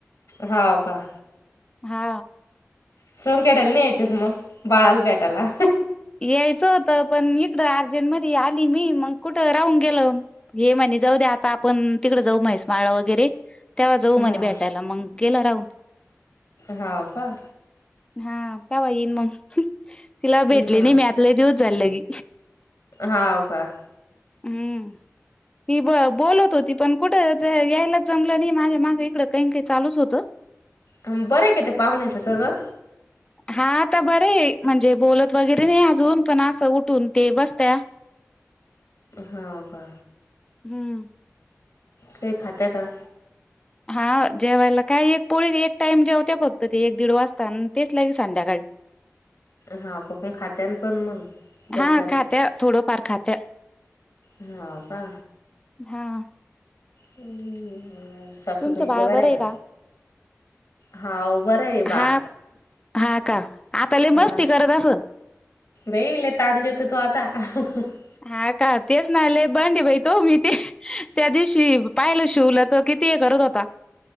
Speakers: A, on the left; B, on the left.
A: हाव का.
B: हा.
A: संखोट्याल नाही यायचं का मग बाळाला भेटयला.
B: यायचं होतं पण इकडं अर्जेंट मध्ये आली मी मंग कुठ राहून गेलं. हे म्हणे जाऊ द्या आता आपण तिकडं जाऊ म्हैस माळ वगैरे तेव्हा जाऊ
A: हा
B: म्हणे भेटायला मंग गेला राहून.
A: हाव का.
B: हा कव्हा येईन मग तिला भेटली
A: हा
B: नाही मी आत लय दिवस झाल लगे.
A: हाव का.
B: हम्म ती ब बोलत हो ती पण कुठंज यायला जमलं नाही माझ्या मागे इकडं काही ना काही चालूच होतं.
A: हम्म बरं आहे काय ते पाहुण्याचं का गं?
B: हा आता बरे आहे म्हणजे बोलत वगैरे नाही अजून पण असं उठून ते बसत्या.
A: हाव का?
B: हम्म.
A: काही खात्या का?
B: हा, जेवायला काय? एक पोळी, एक टाइम जेवत्या फक्त ते, एक दीड वाजता न तेच लगे संध्याकाळी.
A: हा का, पण खात्या न पण मग, जेवत्याना.
B: हा खात्या थोडंफार खातं.
A: हाव का.
B: हा
A: बर. सासुबाई
B: तुमचं बाळ
A: न त्या बऱ्याय
B: बरं आहे
A: का? हाव, बरंय बाळ.
B: हा हा का आता लय मस्ती
A: हा.
B: करत असन.
A: बाई, लई ताण देतो तो आता. <unintelligible>
B: हा, का. तेच ना. लय बंड बाई तो. मी ते, त्या दिवशी पाहिलं शिवूला. तो कित ती करत होता.